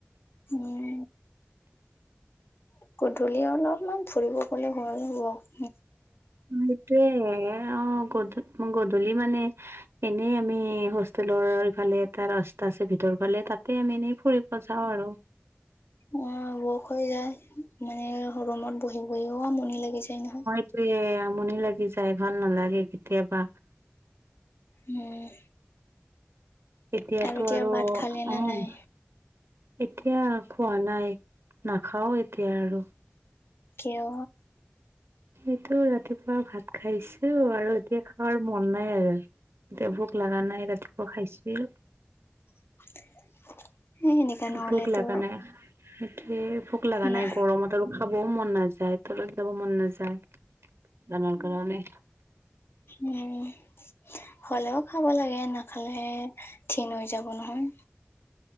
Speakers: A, on the left; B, on the right.
A: উম, গধূলি অলপমান ফুৰিব গ'লে হোৱা হ'ব।
B: সেইটোয়ে অ, গধূ-গধূলি মানে এনেই আমি হোষ্টেলৰ ইফালে এটা ৰাস্তা আছে ভিতৰৰ ফালে তাতে আমি এনেই ফুৰিব যাওঁ আৰু।
A: অ, বখ হৈ যায় মানে হৰুমত বহি বহিও‌ আমনি লাগি যায় নহয়।
B: <inaudible> আমনি লাগি যায় ভাল নালাগে কেতিয়াবা।
A: উম,
B: এতিয়াতো
A: এতিয়া
B: আৰু
A: ভাত
B: অ,
A: খালে না
B: উম,
A: নাই
B: এতিয়া খোৱা নাই নাখাও এতিয়া আৰু।
A: কিয়?
B: এইটো ৰাতিপুৱা ভাত খাইছোঁ আৰু এতিয়া খোৱাৰ মন নাই আৰু। এতিয়া ভোক লগা নাই ৰাতিপুৱা খাইছিলোঁ।
A: <unintelligible> নহলেতো
B: ভোক লাগা নাই সেইটোৱে, ভোক লাগা
A: না
B: নাই গৰমত আৰু খাবও মন নাযায়, তলত যাব মন নাযায় দানৰ কাৰণে।
A: উম। হ'লেও খাব লাগে এনেকে ক্ষীণ হৈ যাব নহয়।